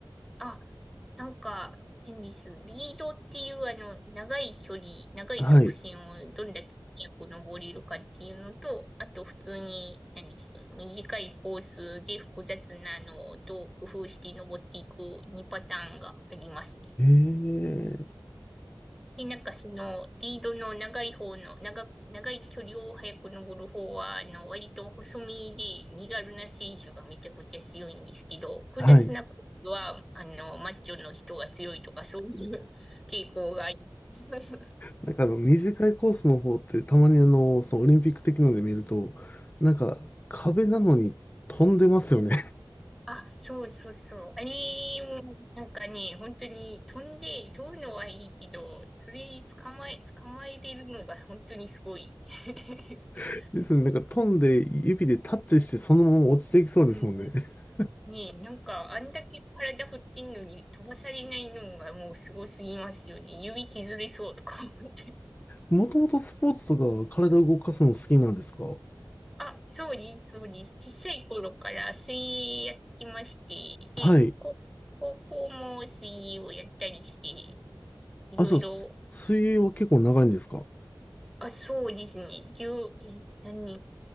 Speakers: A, in the centre; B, on the left.
A: あ、なんか、変です。リードっていうあの、長い距離、長い直線をどんだけ速く登れるかっていうのと、
B: はい。
A: あと普通に、何です。短いコースで複雑なのをどう工夫して登っていく2パターンがありますね。
B: ええ。
A: で、なんかその、リードの長い方の、長く、長い距離を早く登る方は、あの、割と細身で身軽な選手がめちゃくちゃ強いんですけど、複雑なコースは、
B: はい。
A: あの、マッチョの人が強いとか、そういう傾向があり <laughs>
B: なんかあの短いコースの方ってたまにあの、そのオリンピック的なので見ると、なんか壁なのに飛んでますよね。
A: あ、そうそうそう。あれも、なんかね、本当に飛んで、飛ぶのはいいけど、それ捕まえ、捕まえれるのが本当にすごい。<laughs>
B: <laughs> ですよね。なんか飛んで指でタッチしてそのまま落ちていきそうですもんね。
A: うんうんねえ、
B: <laughs>
A: なんか、あんだけ体振ってんのに飛ばされないのがもうすごすぎますよね。指削れそうとか思って。
B: もともとスポーツとか体を動かすの好きなんですか
A: <laughs> あ、そうです、そうです。小さい頃から水泳やってまして、で、
B: はい。
A: こ高校も水泳をやったりして、い
B: あ、
A: ろいろ、
B: そう、す水泳は結構長いんですか
A: あ、そうですね。十、え何、